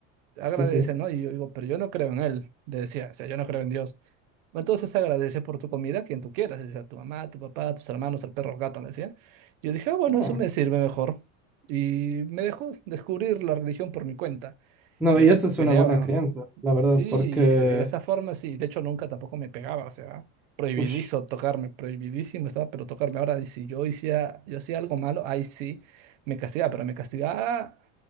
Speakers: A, on the right; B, in the centre.
A: Agradece,
B: sí, sí.
A: ¿no? Y yo digo, pero yo no creo en él, le decía, o sea, yo no creo en Dios. Entonces agradece por tu comida a quien tú quieras, sea tu mamá, tu papá, tus hermanos, el perro, el gato, me decía. Yo dije, ah, bueno,
B: No.
A: eso me sirve mejor. Y me dejó descubrir la religión por mi cuenta.
B: No,
A: Y yo
B: y
A: me
B: eso
A: peleaba
B: es una buena crianza, la verdad,
A: Sí,
B: porque...
A: de esa forma sí. De hecho, nunca tampoco me pegaba, o sea, prohibidizo
B: Ush.
A: tocarme, prohibidísimo estaba, pero tocarme. Ahora, y si yo hacía, yo hacía algo malo, ahí sí me castigaba, pero me castigaba